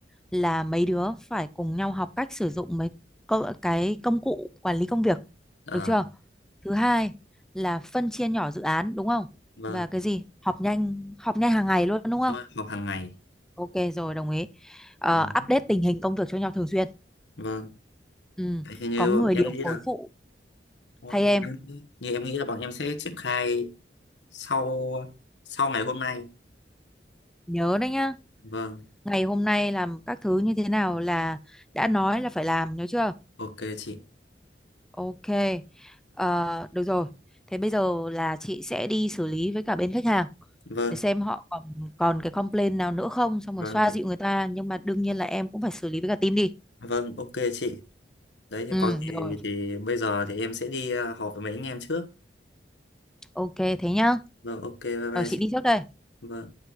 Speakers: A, in the centre; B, on the left (about 85°).
A: là mấy đứa phải cùng nhau học cách sử dụng mấy cơ- cái công cụ quản lý công việc
B: ờ
A: được chưa thứ hai là phân chia nhỏ dự án đúng không
B: vâng
A: và cái gì họp nhanh họp nhanh hàng ngày luôn đúng không
B: đúng rồi, học hàng ngày
A: ok rồi đồng ý Ờ,
B: đấy
A: update tình hình công việc cho nhau thường xuyên
B: vâng
A: ừ.
B: đấy thì như
A: có người
B: em
A: điều
B: nghĩ
A: phối
B: là
A: phụ
B: thôi,
A: thay
B: như,
A: em
B: em nghĩ- như em nghĩ là bọn em sẽ triển khai sau sau ngày hôm nay
A: nhớ đấy nhá
B: vâng
A: ngày hôm nay làm các thứ như thế nào là đã nói là phải làm nhớ chưa
B: ok chị
A: Ok, Ờ, được rồi. Thế bây giờ là chị sẽ đi xử lý với cả bên khách hàng
B: vâng
A: để xem họ còn còn cái complaint nào nữa không, xong
B: vâng
A: rồi xoa
B: thì
A: dịu người ta. Nhưng mà đương nhiên là em cũng phải xử lý với cả team đi.
B: vâng ok chị đấy thì
A: Ừ,
B: có gì
A: rồi.
B: thì bây giờ thì em sẽ đi ờ, họp với mấy anh em trước
A: Ok, thế nhá.
B: vâng ok bye bye
A: Rồi chị
B: chị
A: đi trước đây.
B: vâng